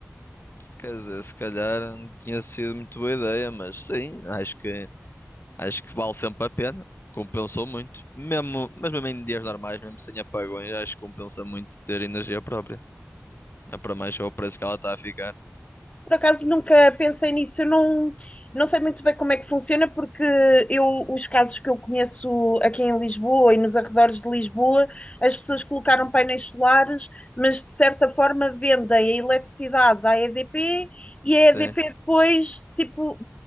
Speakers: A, on the left; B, on the left.
A: quer dizer, se calhar não tinha sido muito boa ideia, mas sim, acho que, acho que vale sempre a pena. Compensou muito. Mesmo, mas mesmo em dias normais, mesmo sem apagões, acho que compensa muito ter energia própria. Não é para mais só o preço que ela está a ficar.
B: Por acaso nunca pensei nisso, eu não, não sei muito bem como é que funciona, porque eu, os casos que eu conheço aqui em Lisboa e nos arredores de Lisboa, as pessoas colocaram painéis solares, mas de certa forma vendem a eletricidade à EDP e a
A: Sim.
B: EDP depois, tipo,